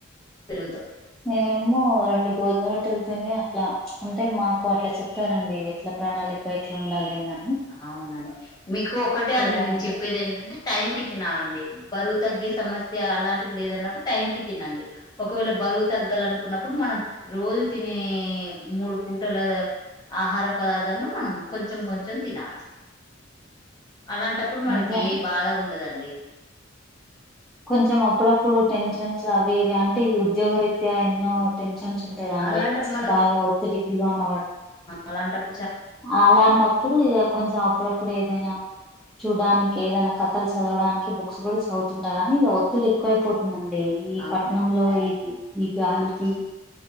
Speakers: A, on the left; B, in the centre.
A: పెరుగు తో
B: నేనేమో రెండు గోధుమ రొట్టెలు తిని అట్లా అంటే మాకు అట్లా చెప్పారండి ఎట్లా ప్రణాళిక ఎట్లా ఉండాలి <unintelligible>
A: అవునండి మీకు ఒకటే
B: తిరగన్నం
A: అన్న నేను చెప్పేది ఏంటంటే టైం కి తినాలండి బరువు తగ్గే సమస్య అలాంటిది లేదన్నప్పుడు టైం కి తినండి ఒకవేళ బరువు తగ్గాలనుకున్నప్పుడు మనం రోజు తినే మూడు పూటల ఆహార పదార్థను మనం కొంచెం కొంచెం తినాలి అలాంటప్పుడు మనకి
B: అంతే అండి
A: ఏ బాధ ఉండదండి
B: కొంచెం అప్పుడప్పుడు టెన్షన్స్ అవి ఇవి అంటే ఈ ఉద్యోగ రీత్యా ఎన్నో టెన్షన్ న్స్ ఉంటాదండి
A: అలాంటప్పుడు
B: బాగా ఒత్తిడి కి లో నావ్వడం
A: అలాంటప్
B: అలాంటప్పుడు ఇగ కొంచెం అప్పుడప్పుడు ఏదైనా చూడ్డానికి ఏదైనా కథలు చదవడానికి బుక్స్ కూడా చదువుతుంటా కాగానీ ఇక ఒత్తిడి ఎక్కువైపోతుందండి అంటే ఈ
A: అవును
B: పట్ణంలో ఇది ఈ గాలికి